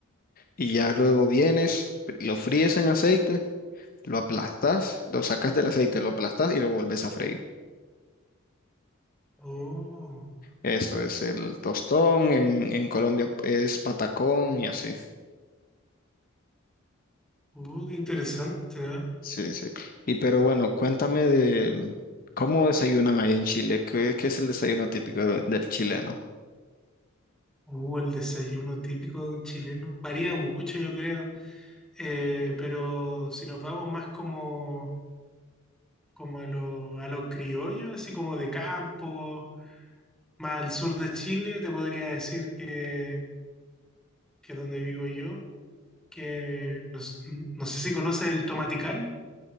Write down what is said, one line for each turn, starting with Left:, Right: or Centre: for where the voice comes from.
Left: Y ya luego vienes, lo fríes en aceite, lo aplastas, lo sacas del aceite, lo aplastas y lo vuelves a freír.
Centre: Oh,
Left: Eso es el tostón, en, en Colombia es patacón y así.
Centre: uh, qué interesante, ¿ah?
Left: Sí, sí. Y pero bueno, cuéntame de cómo desayunan ahí en Chile. ¿Qué, qué es el desayuno típico de- del chileno?
Centre: Uh, el desayuno típico de un chileno. Varía mucho, yo creo. Eh, pero si nos vamos más como, como a lo, a lo criollo, así como de campo, más al sur de Chile, te podría decir que, que donde vivo yo, que no, s- no sé si conoces el tomaticán.